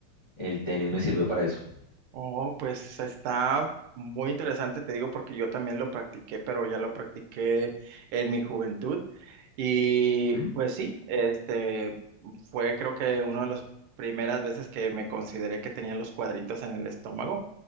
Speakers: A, on the left (about 35°); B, on the right (about 85°).
A: el tenis me sirvió para eso.
B: oh, pues está muy interesante, te digo, porque yo también lo practiqué, pero ya lo practiqué en mi juventud. Y
A: ¿Mm?
B: pues sí, este fue creo que una de las primeras veces que me consideré que tenía los cuadritos en el estómago,